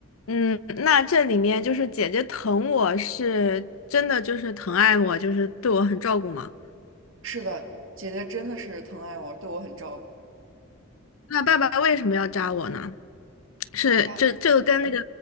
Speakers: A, on the left; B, on the right.
A: 嗯，那这里面就是姐姐疼我是真的就是疼爱我，就是对我很照顾吗？
B: 是的，姐姐真的是疼爱我，对我很照顾。
A: 那爸爸为什么要扎我呢？是这这个跟那个
B: 爸爸。